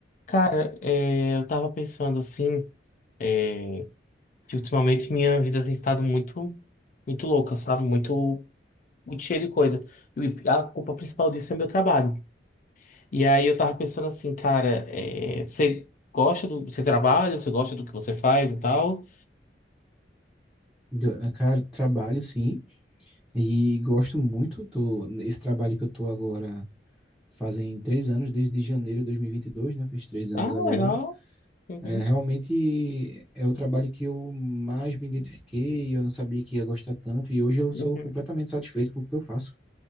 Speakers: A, on the left (about 45°); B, in the centre.
A: Cara, é, eu tava pensando assim, é, que ultimamente minha vida tem estado muito, muito louca, sabe? Muito, muito cheia de coisa. E a culpa principal disso é meu trabalho. E aí eu tava pensando assim, cara, é, você gosta do, você trabalha, você gosta do que você faz e tal?
B: Ga- Cara, trabalho sim, e gosto muito. Tô, esse trabalho que eu tô agora fazem três anos, desde janeiro de dois mil e e vinte e dois né? Fez três anos
A: Ah,
B: agora.
A: legal. Uhum,
B: É, realmente é o trabalho que eu mais me identifiquei, eu não sabia que ia gostar tanto, e hoje eu sou
A: uhum.
B: completamente satisfeito com o que eu faço.